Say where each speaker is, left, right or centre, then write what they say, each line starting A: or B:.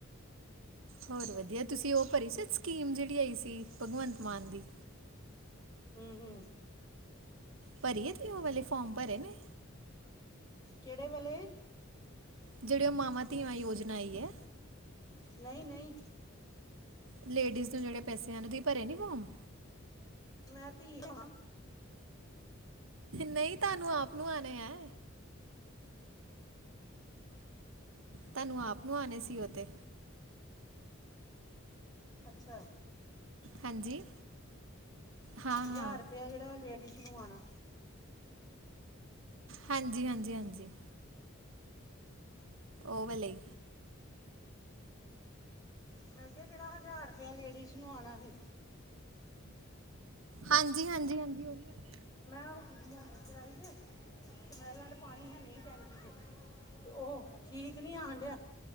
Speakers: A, on the right (about 70°); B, on the left (about 20°).
A: ਹੋਰ ਵਧੀਆ ਤੁਸੀ ਔ ਭਰੀ ਸੀ ਸਕੀਮ ਜੇੜੀ ਆਈ ਸੀ ਭਗਵੰਤ ਮਾਨ ਦੀ।
B: ਹੂੰ-ਹੂੰ।
A: ਭਰੀਏ ਤੁਹੀ ਔ ਵਾਲੇ ਫੋਮ ਭਰੇ ਨੇ?
B: ਕਿਹੜੇ ਵਾਲੇ?
A: ਜੇੜੇ ਔ ਮਾਵਾਂ ਧੀਆਂ ਯੋਜਨਾ ਆਈ ਐ।
B: ਨਈ-ਨਈ।
A: ਲੇਡੀਜ਼ ਨੂੰ ਜੇੜੇ ਪੈਸੇ ਆਣੇ, ਤੁਸੀ ਭਰੇ ਨੀ ਫੋਮ?
B: ਮੈਂ ਧੀ ਆ।
A: ਨਈ ਤੁਹਾਨੂੰ ਆਪ ਨੂੰ ਆਣੇ ਹੈ। ਤੁਹਾਨੂੰ ਆਪ ਨੂੰ ਆਣੇ ਸੀ ਓ ਤੇ।
B: ਅੱਛਾ।
A: ਹਾਂਜੀ- ਹਾਂ ਹਾਂ
B: ਹਜ਼ਾਰ ਰੁਪਇਆ ਜੇੜਾ ਲੇਡੀਜ਼ ਨੂੰ ਆਣਾ।
A: ਹਾਂਜੀ-ਹਾਂਜੀ-ਹਾਂਜੀ। ਓ ਵਾਲੇ।
B: ਮੈਂ ਕਿਹਾ ਜੇੜਾ ਹਜ਼ਾਰ ਰੁਪਇਆ ਲੇਡੀਸ ਨੂੰ ਆਣਾ ਹੀ।
A: ਹਾਂਜੀ-ਹਾਂਜੀ-ਹਾਂਜੀ ਓਹੀ ਵਾਲੇ
B: ਮੈਂ ਓ ਮੋਟਰ ਚਲਾਈ ਜੇ- ਮਹਿਲਾਂ ਪਾਣੀ ਹੈਨੀ ਟੈਂਕੀ ਚ ਤੇ ਓਹ ਠੀਕ ਨੀ ਆ ਆਣ ਡਿਆ।